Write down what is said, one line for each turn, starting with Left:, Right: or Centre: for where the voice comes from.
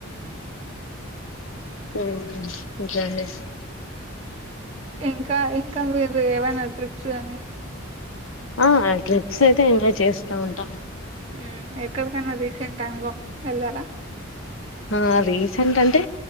Left: ఉం ఇంకెంది
Right: ఇంకా ఇంకా మీరు ఏమైనా ట్రిప్స్ గాని
Left: ఆ ట్రిప్స్ అయితే ఎంజాయ్ చేస్తా ఉంటా
Right: ఉం ఎక్కడికైన్నా రీసెంట్ టైమ్ లో వెళ్లారా
Left: ఆ రీసెంట్ అంటే